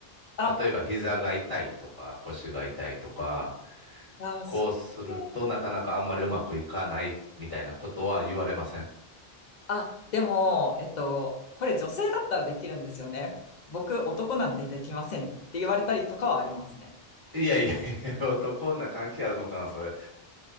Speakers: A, on the left (about 50°); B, on the right (about 25°).
A: あ、
B: 例えば、膝が痛いとか、腰が痛いとか、
A: あ、そうね。
B: こうするとなかなかあんまりうまくいかないみたいなことは言われません
A: あ、でも、えっと、これ女性だったらできるんですよね。僕、男なんでできませんって言われたりとかはありますね。
B: いやいやいや、<laughs> 男な関係あるのかな、それ。